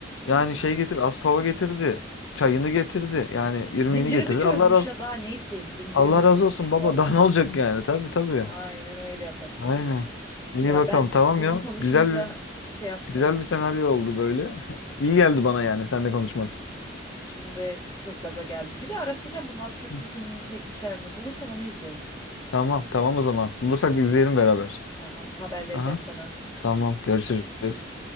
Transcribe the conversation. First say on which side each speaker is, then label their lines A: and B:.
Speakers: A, on the left (about 20°); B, on the left (about 80°).
A: Hı.
B: yani şey getir aspava getirdi çayını getirdi yani irmiğini
A: Zincirimi
B: getirdi
A: çözmüş
B: Allah razı
A: ya daha ne isteyeyim zincirimi
B: Allah
A: çözmüş
B: razı olsun baba
A: bu adam.
B: <laughs> daha ne olacak yani tabii tabii
A: Aynen öyle yaparız.
B: aynen
A: <laughs>
B: İyi
A: Ya
B: bakalım
A: ben
B: tamam
A: bunu
B: ya
A: konuşunca
B: güzel bir
A: şey yaptım.
B: güzel bir senaryo oldu böyle <laughs> İyi geldi bana yani seninle konuşmak
A: Şimdi çok gaza geldim. Bir de araştıracağım bunu absürt
B: Hı.
A: bir filmini çekmişler mi? Bulursam onu izleyelim.
B: tamam tamam o zaman bulursak izleyelim beraber
A: Tamam, haber vereceğim
B: aha
A: sana.
B: tamam görüşürüz